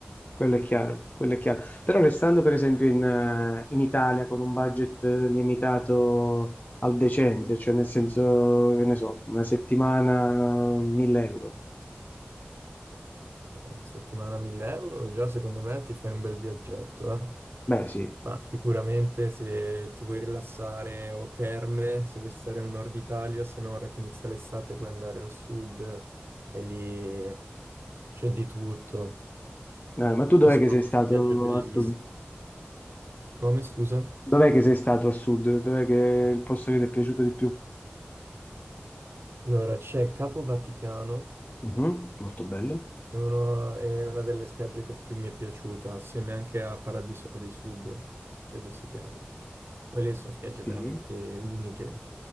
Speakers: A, on the left (about 40°); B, on the right (about 70°).
A: quello è chiaro, quello è chiaro. Però restando per esempio in, eh, in Italia con un budget eh, limitato al decente, cioè nel senso, che ne so, una settimana, eh, 1000 euro.
B: Eh, settimana 1000 euro, già secondo me ti fai un bel viaggetto, eh.
A: Beh, sì.
B: Ma sicuramente se ti vuoi rilassare o terme, se vuoi stare al nord Italia, se no ora che inizia l'estate puoi andare al sud eh, e lì c'è di tutto.
A: Eh, ma tu dov'è
B: Ci sono
A: che sei stato
B: viaggi bellissimi.
A: a sud?
B: Come scusa?
A: Dov'è che sei stato a sud? Dov'è che è il posto che ti è piaciuto di più?
B: Allora, c'è Capo Vaticano
A: Mhm, Molto bello.
B: È uno- è una delle spiagge che più mi è piaciuta, assieme anche a Paradiso dei Sub, credo si chiami. Quelle sono spiagge
A: Sì,
B: veramente uniche,